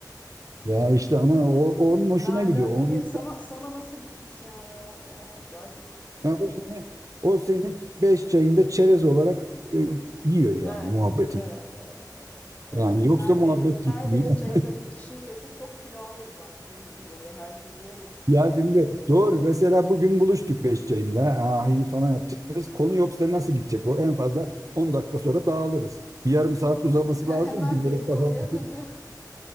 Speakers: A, on the right; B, on the left.
A: Ya işte ama o, onun hoşuna
B: Nereden
A: gidiyor. Onun,
B: nereye? Sana sana nasıl gitmiş yani o, o gerçekten çok
A: yani o seni,
B: ilginç.
A: o seni beş çayında çerez olarak e, yiyor yani
B: Evet,
A: muhabbetin.
B: evet, evet, evet. Tabii.
A: Yani yoksa
B: Her
A: muhabbet
B: beş,
A: gitmiyor.
B: her beş çayında
A: <laughs>
B: bir kişi yese çok kilo alır bak değil mi? Böyle herkes yemesin.
A: Ya şimdi doğru mesela bugün buluştuk beş çayında. Ah iyi falan yapacağız. Konu yoksa nasıl gidecek o? En fazla 10 dakika sonra dağılırız. Bir yarım saat uzaması
B: <laughs> Hemen
A: lazım ki
B: dedikoduya
A: böyle kafam. <laughs>
B: dönüyor. <laughs>